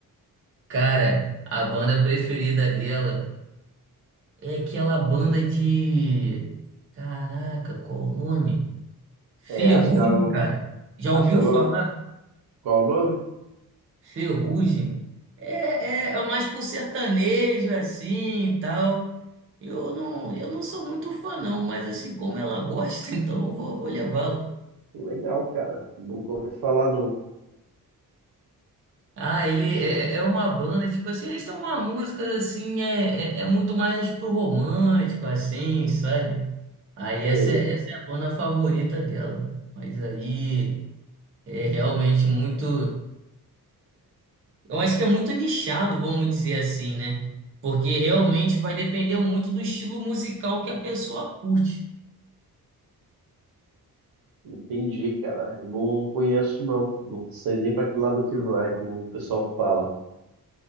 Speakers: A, on the right (about 35°); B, on the right (about 75°).
A: cara, a banda preferida dela é aquela banda de Caraca, qual o nome? Ferrugem,
B: É, acho que ela,
A: cara. Já
B: acho
A: ouviu
B: que ela,
A: falar?
B: qual o nome?
A: Ferrugem. É, é, é mais pro sertanejo, assim, e tal. Eu não, eu não sou muito fã, não. Mas, assim, como ela gosta, <laughs> então eu vou, vou levá-la.
B: Legal, cara. Nunca ouvi falar, não.
A: Ah, ele é, é é uma banda, tipo assim, eles têm uma música, assim, é, é, é muito mais pro romântico, assim, sabe? Aí
B: Sei,
A: essa, é- essa é a banda favorita dela. Mas aí é realmente muito. Eu acho que é muito nichado, vamos dizer assim, né? Porque realmente vai depender muito do estilo musical que a pessoa curte.
B: entendi, cara. Eu não conheço, não. Não sei nem pra que lado que vai, como o pessoal fala.